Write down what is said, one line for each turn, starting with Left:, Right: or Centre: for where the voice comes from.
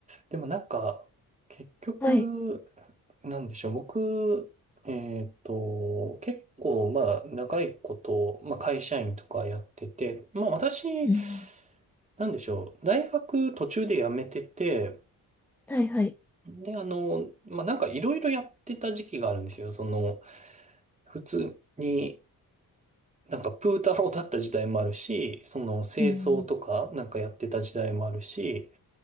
Right: でもなんか、結局、
Centre: はい。
Right: なんでしょう。僕、えっと、結構、まあ、長いこと、まあ、会社員とかやってて、まあ、私、
Centre: うん、
Right: なんでしょう。大学途中で辞めてて、
Centre: はい、はい。
Right: で、あの、まあ、なんかいろいろやってた時期があるんですよ。その、普通に、なんかプータローだった時代もあるし、その、清掃とかなんかやってた時代もあるし、
Centre: うん、